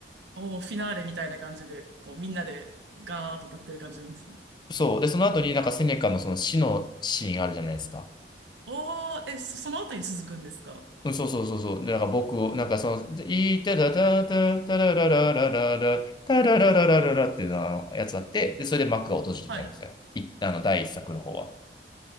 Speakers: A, on the right; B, on the left.
A: おー、フィナーレみたいな感じで、こう、みんなでガーッと歌ってる感じなんですね。
B: そう。で、その後になんかセネカのその死のシーンあるじゃないですか。
A: おー、え、そ、その後に続くんですか
B: うんそうそうそうそう。でなんか僕を、なんかその、いたたたたたらららららら、たららららららっていうのはあのやつあって、で、それで幕が閉じてたんですよ。
A: はい。
B: い、あの、第一作の方は。